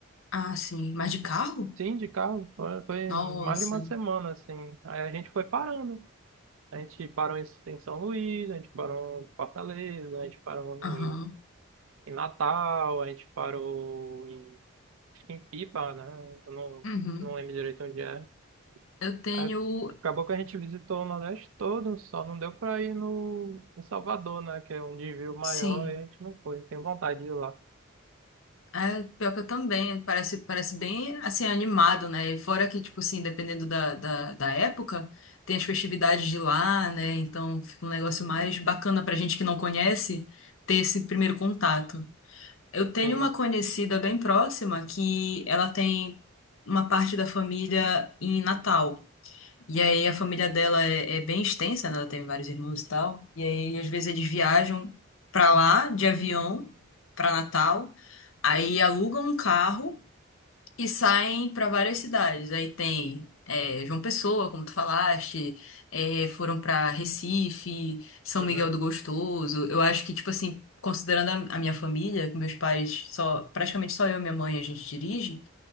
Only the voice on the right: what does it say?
Sim, de carro. Foi, foi
mais de uma semana, assim. Aí a gente foi parando. A gente parou em, em São Luís, a gente parou em Fortaleza, a gente parou
em, em Natal, a gente parou em, em Pipa, né? Eu não,
não lembro direito onde é.
Aí acabou que a gente visitou o Nordeste todo, só não deu pra ir no em Salvador, né? Que é um desvio maior
e a gente não foi. Tem vontade de ir lá.
Sim.
Uhum.